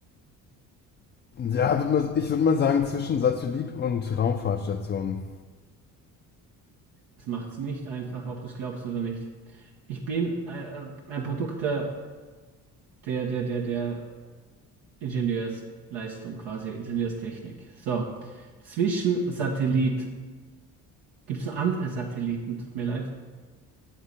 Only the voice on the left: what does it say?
Ja, würd mal, ich würde mal sagen, zwischen Satellit und Raumfahrtstation.